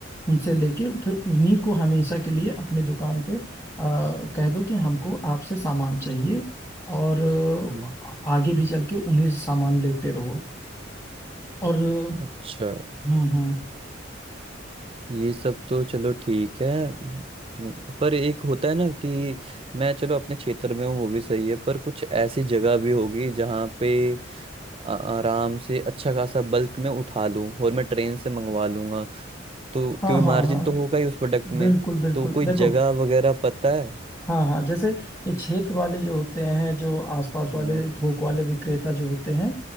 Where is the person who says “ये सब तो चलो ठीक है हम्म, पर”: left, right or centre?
Right